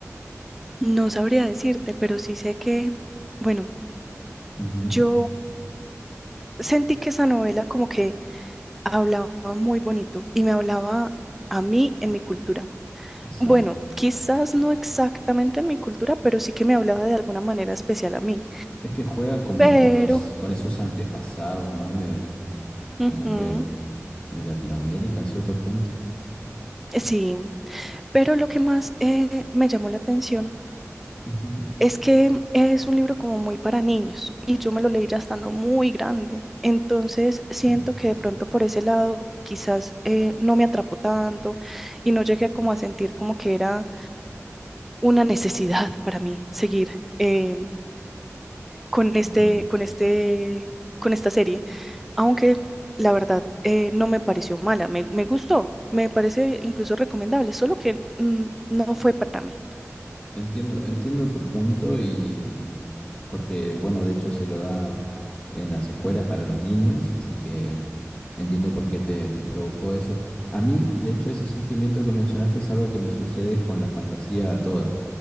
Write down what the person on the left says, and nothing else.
Ujú,
Exacto.
Es que juega como
con los, con esos antepasados, ¿no? De,
como que de Latinoamérica en cierto punto.
Ujú,
Sí,
Ujú,
Entiendo.
entiendo, entiendo tu punto y porque, bueno, de hecho se lo da en las escuelas para los niños, así que entiendo por qué te, te provocó eso. A mí, de hecho, ese sentimiento que mencionaste es algo que me sucede con la fantasía toda.